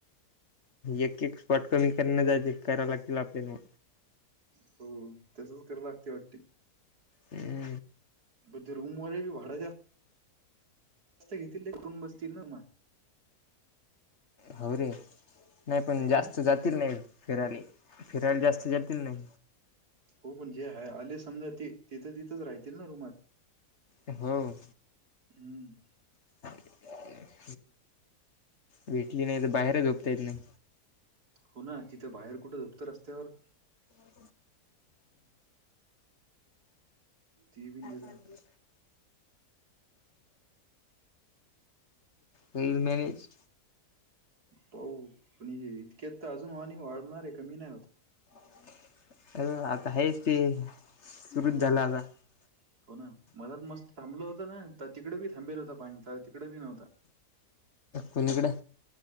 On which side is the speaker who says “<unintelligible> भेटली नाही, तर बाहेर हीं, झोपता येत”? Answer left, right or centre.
Left